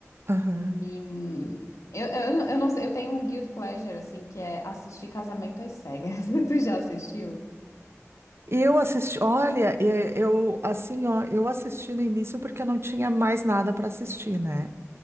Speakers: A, on the right (about 50°); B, on the left (about 75°).
A: aham.
B: E hum, eu, eu, eu não sei, eu tenho um guilt pleasure, assim, que é assistir Casamento às Cegas. <laughs> Tu já assistiu?
A: Eu assisti, olha, e- eu assim, ó, eu assisti no início porque eu não tinha mais nada para assistir, né?